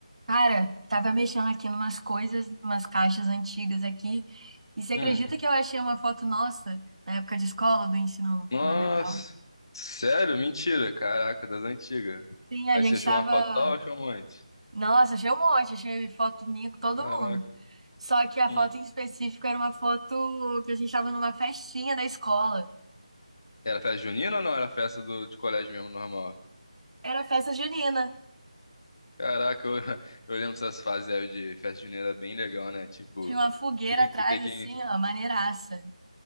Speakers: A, on the right; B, on the left.
A: Cara, tava mexendo aqui numas coisas, umas caixas antigas aqui, e você acredita
B: Hum.
A: que eu achei uma foto nossa na época de escola, do ensino
B: Nossa.
A: fundamental?
B: Sério? Mentira. Caraca, das antigas.
A: Sim, a
B: Aí
A: gente
B: você achou
A: tava.
B: uma foto só ou achou um antes?
A: Nossa, achei um monte, achei foto minha com todo
B: Caraca.
A: mundo. Só que a
B: Hum.
A: foto em específico era uma foto que a gente tava numa festinha da escola.
B: Era festa junina ou não? Era festa do, de colégio mesmo, normal?
A: Era festa junina.
B: Caraca, eu, <laughs> eu lembro dessas fases aí de festa junina era bem legal, né? Tipo,
A: Tinha uma fogueira
B: ter
A: atrás,
B: que, ter que,
A: assim, ó, maneiraça.